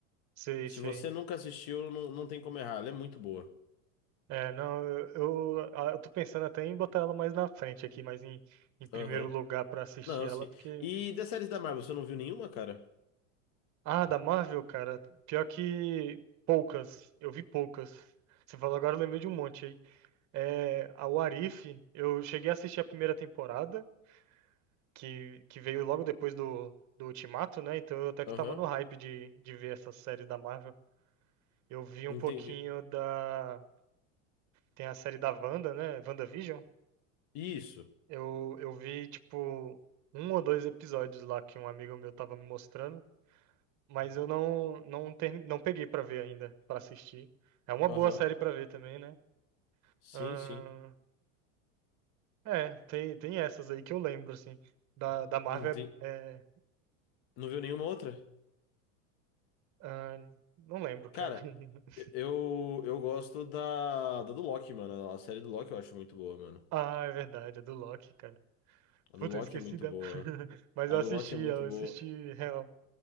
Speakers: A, on the right; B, on the left.
A: Sei,
B: Se
A: sei.
B: você nunca assistiu, não, não tem como errar. Ela é muito boa.
A: É, não, eu, eu, ah, eu tô pensando até em botar ela mais na frente aqui, mais em, em primeiro
B: Aham.
A: lugar pra assistir
B: Não,
A: ela,
B: sim.
A: porque.
B: E das séries da Marvel, você não viu nenhuma, cara?
A: Ah, da Marvel, cara, pior que poucas, eu vi poucas. Você falou agora, eu lembrei de um monte aí. É, a What If, eu cheguei a assistir a primeira temporada, que, que veio logo depois do, do Ultimato, né? Então eu até que
B: Aham.
A: tava no hype de, de ver essas séries da Marvel. Eu vi um
B: Entendi.
A: pouquinho da. Tem a série da Wanda, né? WandaVision.
B: Isso.
A: Eu, eu vi, tipo, um ou dois episódios lá que um amigo meu tava me mostrando, mas eu não, não, ter, não peguei pra ver ainda, pra assistir. É uma
B: Aham.
A: boa série pra ver também, né?
B: Sim,
A: Ahn,
B: sim.
A: é, tem, tem essas aí que eu lembro, assim. Da, da Marvel
B: Entendi.
A: é.
B: Não viu nenhuma outra?
A: é, ahn, não lembro, cara.
B: Cara,
A: <laughs>
B: eu, eu gosto da, da do Loki, mano. A série do Loki eu acho muito boa, mano.
A: Ah, é verdade, é do Loki, cara.
B: A
A: Puta,
B: do Loki
A: eu esqueci
B: é muito
A: dela.
B: boa.
A: <laughs> Mas
B: A
A: eu assisti,
B: do Loki é muito
A: eu
B: boa.
A: assisti real.